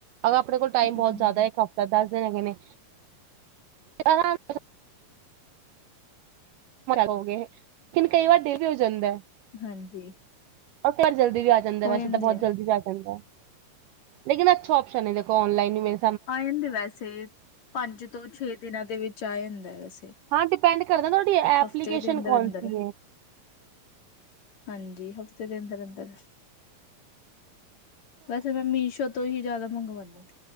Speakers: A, on the right; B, on the left.
A: ਅਗਰ ਆਪਣੇ ਕੋਲ ਟਾਈਮ
B: ਹੂੰ
A: ਬਹੁਤ ਜ਼ਿਆਦਾ ਇੱਕ ਹਫ਼ਤਾ ਦਸ ਦਿਨ ਹੈਗੇ ਨੇ <unintelligible> ਹੋ ਗਏ ਕਿਹਨ ਕਈ ਵਾਰ ਡੇ ਵੀ ਹੋ ਜਾਂਦਾ
B: ਹਾਂਜੀ
A: ਉਹ ਘਰ ਜਲਦੀ ਵੀ ਆ ਜਾਂਦਾ,
B: ਹੋ
A: ਵੈਸੇ
B: ਜਾਂਦੇ
A: ਤਾਂ ਬਹੁਤ ਜਲਦੀ ਵੀ ਆ ਜਾਂਦਾ ਹੈ ਲੇਕਿਨ ਅੱਛਾ ਓਪਸ਼ਨ ਹੈ ਦੇੋਖੋ ਔਨਲਾਈਨ ਵੀ ਮ
B: ਆ ਜਾਂਦੇ ਵੈਸੇ ਪੰਜ ਤੋਂ ਛੇ ਦਿਨਾਂ ਦੇ ਵਿੱਚ ਆ ਜਾਂਦਾ ਵੈਸੇ
A: ਹਾਂ ਡਿਪੈਂਡ ਕਰਦਾ ਤੁਹਾਡੀ ਐਪਲੀਕੇਸ਼ਨ
B: ਹਫ਼ਤੇ ਦੇ ਅੰਦਰ
A: ਕੌਣ
B: ਅੰਦਰ
A: ਸੀ ਹੈ।
B: ਹਾਂਜੀ ਹਫ਼ਤੇ ਦੇ ਅੰਦਰ ਅੰਦਰ ਵੈਸੇ ਮੈਂ ਮੀਸ਼ੋ ਤੋਂ ਹੀ ਜਿਆਦਾ ਮੰਗਵਾਉਦੀ ਹਾਂ।